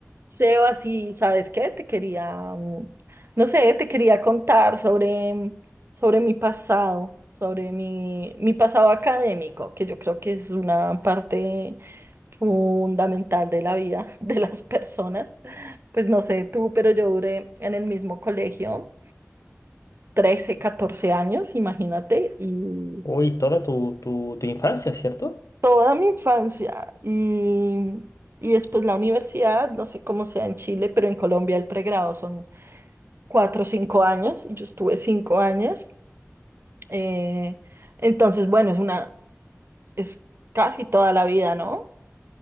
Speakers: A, on the right; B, on the left.
A: Seba, sí, ¿sabes qué? Te quería, mm, no sé, te quería contar sobre, sobre mi pasado, sobre mi, mi pasado académico, que yo creo que es una parte fundamental de la vida <laughs> de las personas. Pues no sé tú, pero yo duré en el mismo colegio 13 14 años, imagínate, y
B: Uy, toda tu, tu, tu infancia, ¿cierto?
A: toda mi infancia. Y, y después la universidad, no sé cómo sea en Chile, pero en Colombia el pregrado son cuatro o cinco años, y yo estuve cinco años. eh, entonces, bueno, es una, es casi toda la vida, ¿no?